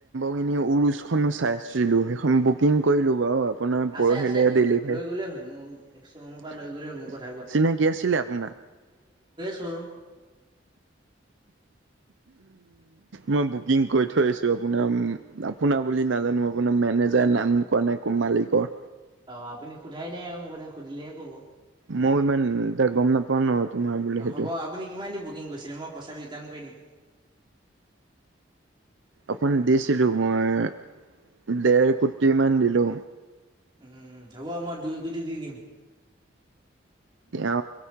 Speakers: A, on the right; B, on the right.
A: গিনি ওৰোছ খনো চাই আছিলো সেই বুকিং কৰিলো বাৰু আপোনাৰ
B: আছে
A: পৰহিলে
B: আছে
A: ডেলিভাৰী
B: লৈ গ'লেই হ'ল মোৰ শ্ব'ৰুমৰ পৰা লৈ গ'লেই হ'ল মোৰ কথা কৈ
A: চিনাকি আছিলে আপোনাৰ
B: শ্বৰোম
A: মই বুকিং কৰি থৈ আছো আপোনাৰ আপোনাৰ বুলি নাজানো আপোনোৰ মেনেজ যাৰ নাম কোৱা নাই ক মালিকৰ
B: অ আপুনি সোধাই নাই মোক এ সুধিলেহে কব
A: মই ইমান এটা গম নাপাওঁ ন তোমাৰ বুলি সেইটো
B: হ'ব আপুনি কিমান দি বুক কিঙ কৰিছিলে মই পইচাটো ৰিটাৰণ কৰি দিম
A: আপোন দিছিলো মই দেৰ। কোটিমান দিলোঁ
B: উম হ'ব আৰু মই দুই কোটি দি দিম। <inaudible>
A: অ